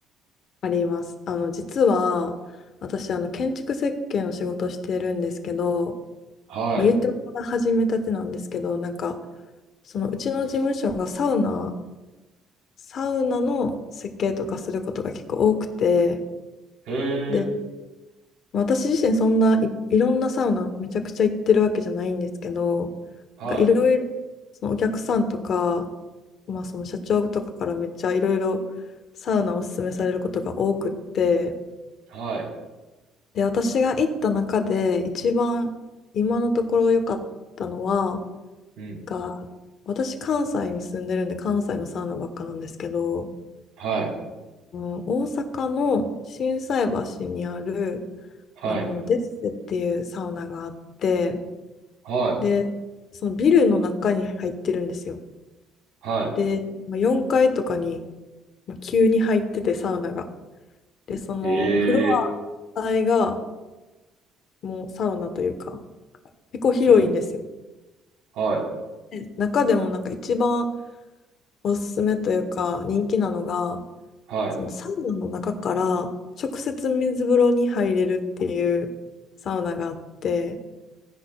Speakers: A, on the left; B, on the right.
A: あります。あの、実は、私、あの、建築設計の仕事をしてるんですけど、
B: はい。
A: まあ、言ってもまだ始めたてなんですけど、なんか、その、うちの事務所がサウナ、サウナの設計とかすることが結構多くて、
B: へえ、
A: で、まあ私自身そんないいろんなサウナめちゃくちゃ行ってるわけじゃないんですけど、
B: はい、
A: なんかいろいろそのお客さんとか、まあその社長とかからめっちゃいろいろサウナをおすすめされることが多くって、
B: はい、
A: で、私が行った中で一番今のところ良かったのは、
B: うん、
A: が私関西に住んでるんで関西のサウナばっかなんですけど、
B: はい、
A: うん、大阪の心斎橋にある
B: はい、
A: あのデッセっていうサウナがあって、
B: はい、
A: で、そのビルの中に入ってるんですよ。
B: は
A: で、まあ、4階とかに、まあ、急に入ってて、サウナが。で、そのフロア全体が
B: い、ええ、
A: もうサウナというか、結構広いんですよ。
B: うん、はい、
A: で中でもなんか一番おすすめというか、人気なのが、
B: はい。
A: そのサウナの中から直接水風呂に入れるっていうサウナがあって、